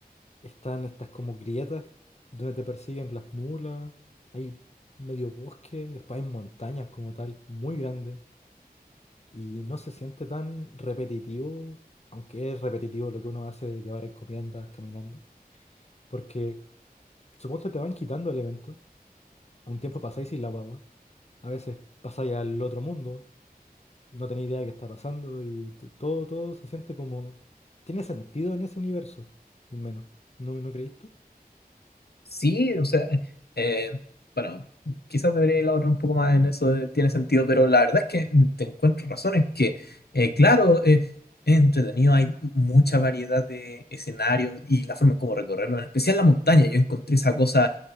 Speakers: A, on the left (about 45°); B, on the left (about 85°).
A: Están estas como grietas donde te persiguen las mulas. Hay medio bosque, después hay montañas como tal, muy grandes. Y no se siente tan repetitivo, aunque es repetitivo lo que uno hace de llevar encomiendas caminando. Porque suponte te van quitando elementos. Un tiempo pasáis sin la guagua. A veces pasáis al otro mundo. no tenía idea de qué está pasando y t- todo, todo se siente como... Tiene sentido en ese universo, al menos. ¿No, no creíste? tú?
B: Sí, o sea, eh, bueno, quizás debería elaborar un poco más en eso, de tiene sentido, pero la verdad es que mm, te encuentro razones que, eh, claro, eh, es entretenido, hay mucha variedad de escenarios y la forma en cómo recorrerlo, en especial la montaña, yo encontré esa cosa